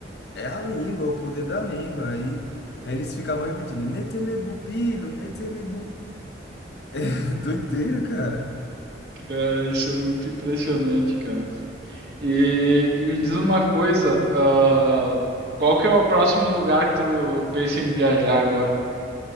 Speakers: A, on the left (about 60°); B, on the right (about 55°).
A: é a língua, o poder da língua. Aí, aí eles ficavam repetindo, netelebubilo, netelebubilo. <laughs> Doideira, cara.
B: Cara, isso é muito impressionante, cara. E, e me diz uma coisa, ah, qual que é o próximo lugar que tu pensa em viajar agora?